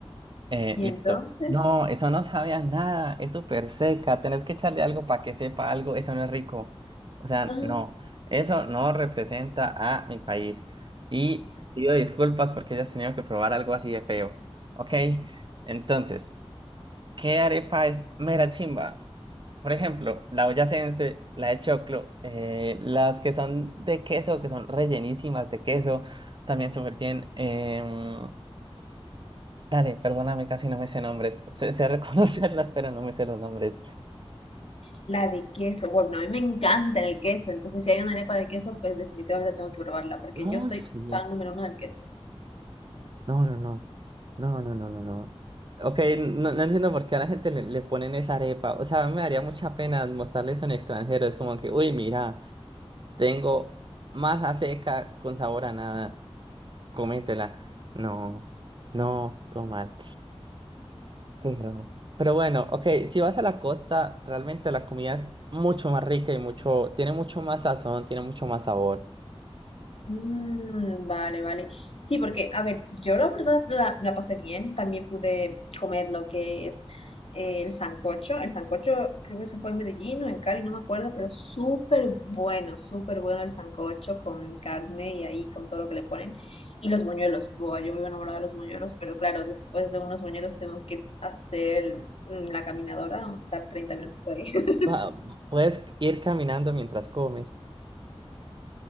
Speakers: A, on the right; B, on the left.
A: Eh,
B: Y
A: listo.
B: entonces,
A: No, eso no sabía nada, es súper seca, tenés que echarle algo para que sepa algo, eso no es rico. O sea,
B: ah,
A: no, eso no representa a mi país. Y pido disculpas porque hayas tenido que probar algo así de feo. Ok, entonces, ¿qué arepa es mera chimba? Por ejemplo, la boyacense, la de choclo, eh, las que son de queso, que son rellenísimas de queso, también súper bien. Em, Dale, perdóname, casi no me sé nombres. Sé, sé <laughs> reconocerlas, pero no me sé los nombres.
B: la de queso. Bueno, a mí me encanta el queso. Entonces, si hay una arepa de queso, pues definitivamente tengo que probarla porque
A: No,
B: yo soy
A: sí.
B: fan número uno del queso.
A: No, no, no. No, no, no, no, no. Ok, no, no entiendo por qué a la gente le, le ponen esa arepa. O sea, a mí me daría mucha pena mostrarles en extranjero. Es como que, uy, mira, tengo masa seca con sabor a nada. Cométela. No, no, todo mal. Pero, pero bueno, ok, si vas a la costa, realmente la comida es mucho más rica y mucho, tiene mucho más sazón, tiene mucho más sabor.
B: Mm, vale, vale. Sí, porque, a ver, yo la verdad la, la pasé bien. También pude comer lo que es eh, el sancocho. El sancocho creo que se fue en Medellín o en Cali, no me acuerdo, pero súper bueno, súper bueno el sancocho con carne y ahí con todo lo que le ponen. Y los buñuelos. Buah, yo vivo enamorada de los buñuelos, pero claro, después de unos buñuelos tengo que ir a hacer mm, la caminadora o estar 30 minutos ahí.
A: Ah, Puedes ir caminando mientras comes.